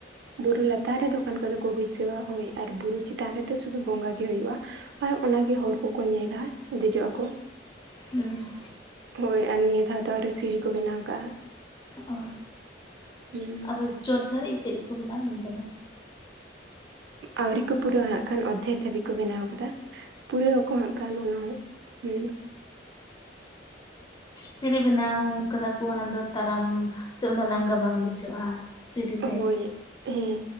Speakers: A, on the right; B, on the left.
A: ᱵᱩᱨᱩ ᱞᱟᱛᱟᱨ ᱨᱮ ᱫᱚ ᱠᱟᱱ ᱠᱚᱫᱚ ᱠᱚ ᱵᱟᱹᱭᱥᱟᱹᱣᱟ, ᱦᱳᱭ ᱟᱨ ᱵᱩᱨᱩ ᱪᱮᱛᱟᱱ ᱨᱮᱫᱚ ᱥᱩᱫᱩ ᱵᱚᱸᱜᱟ ᱜᱮ ᱦᱩᱭᱩᱜᱼᱟ᱾ ᱟᱨ ᱟᱱᱟᱜᱮ ᱦᱚᱲ ᱠᱚᱠᱚ ᱧᱮᱞᱟ ᱫᱮᱡᱚᱜ ᱟᱠᱚ
B: ᱦᱩᱸ᱾
A: ᱦᱳᱭ ᱟᱨ ᱱᱤᱭᱟᱹ ᱫᱷᱟᱣ ᱫᱚ ᱟᱨᱚ ᱥᱤᱲᱤ ᱠᱚ ᱵᱮᱱᱟᱣ ᱠᱟᱜᱼᱟ᱾
B: ᱚ
A: ᱦᱩᱸ
B: ᱟᱫᱚ ᱪᱚᱴ ᱫᱷᱟᱨᱤᱡ ᱥᱮᱜ ᱜᱮᱠᱚ ᱵᱮᱱᱟᱣ ᱤᱫᱤ ᱠᱟᱫᱟ?
A: ᱟᱹᱣᱨᱤ ᱠᱚ ᱯᱩᱨᱟᱹᱣᱟ ᱦᱟᱸᱜᱠᱷᱟᱱ ᱚᱨᱫᱷᱮᱠ ᱫᱷᱟᱹᱵᱤᱡ ᱠᱚ ᱵᱮᱱᱟᱣ ᱠᱟᱫᱟ᱾ ᱯᱩᱨᱟᱹᱣ ᱟᱠᱚ ᱦᱟᱸᱜ ᱠᱷᱟᱱ ᱚᱱᱟ ᱦᱚᱸ, ᱦᱩᱸ
B: ᱥᱤᱲᱤ ᱵᱮᱱᱟᱣ ᱠᱟᱫᱟ ᱠᱚ ᱚᱱᱟ ᱫᱚ ᱛᱟᱨᱟᱢ ᱥᱮ ᱩᱱᱟᱹᱜ ᱞᱟᱸᱜᱟ ᱵᱟᱝ ᱵᱩᱡᱷᱟᱹᱜᱼᱟ ᱥᱤᱲᱤ ᱛᱮ
A: ᱦᱳᱭ ᱦᱮᱸ